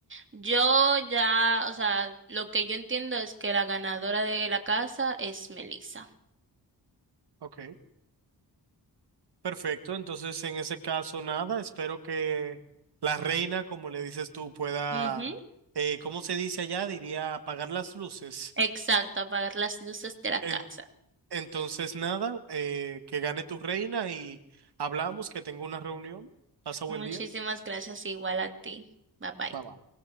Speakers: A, on the right (about 30°); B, on the right (about 80°).
A: Yo ya, o sea, lo que yo entiendo es que la ganadora de la casa es Melissa.
B: Ok, perfecto. Entonces, en ese caso, nada, espero que la reina, como le dices tú, pueda,
A: Ujú.
B: eh, ¿cómo se dice allá? Diría apagar las luces.
A: Exacto, apagar las luces de la casa.
B: En- entonces, nada, eh, que gane tu reina y hablamos, que tengo una reunión. Pasa buen
A: Muchísimas
B: día.
A: gracias, igual a ti. Bye bye.
B: Bye bye.